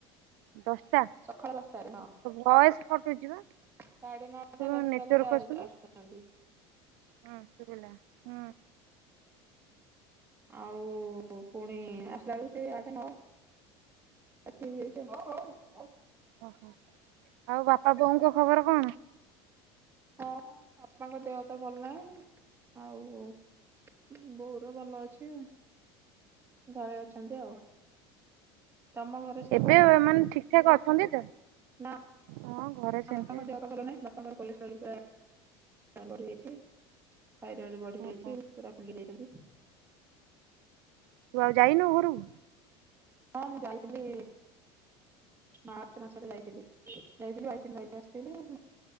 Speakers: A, on the right; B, on the right.
A: ଦଶଟା,
B: ସକାଳ ଦଶଟାରେ ହଁ।
A: ତୋ ଭଏସ କଟୁଛି ବା।
B: ସାଢେ ନଅଟା
A: ତୁ
B: ଦଶଟା
A: ନେଟୱାର୍କ
B: ବେଳକୁ
A: ଆସୁନୁ।
B: ଆସୁଛନ୍ତି। <inaudible>
A: ହଁ ଶୁଭିଲା ହୁଁ
B: ଆଉ ପୁଣି ଆସିଲା ବେଳକୁ ସେଇ ଆଠେ ନଅ। <inaudible>
A: ଓହୋ ଆଉ ବାପା ବୋଉଙ୍କ ଖବର କଣ?
B: ହଁ ମୋ ବାପାଙ୍କ ଦେହ ତ ଭଲ ନାଇଁ ହଉ ଆଉ। ବୋଉର ଭଲ ଅଛି ଘରେ ଅଛନ୍ତି ଆଉ। ତମ ଘରେ ସବୁ
A: ଏବେ
B: ଭଲ ନା
A: ମାନେ ଠିକ ଠାକ ଅଛନ୍ତି ତ?
B: ନା
A: ହଁ ଘରେ
B: <inaudible>
A: ସେମିତି
B: ବାପାଙ୍କ କଲେଷ୍ଟ୍ରୋଲ ପୂରା ବଢିଯାଇଛି। ଥାଇରଏଡ ବଢିଯାଇଛି
A: ଓହୋ
B: ପୁରା ଫୁଲି ଯାଇଛନ୍ତି।
A: ତୁ ଆଉ ଯାଇନୁ ଘରକୁ?
B: ହଁ ମୁଁ ଯାଇଥିଲି ମାର୍ଚ୍ଚ ମାସରେ ଯାଇଥିଲି ଯାଇଥିଲି ବାଇସି ଦିନ ରହିକି ଆସିଥିଲି।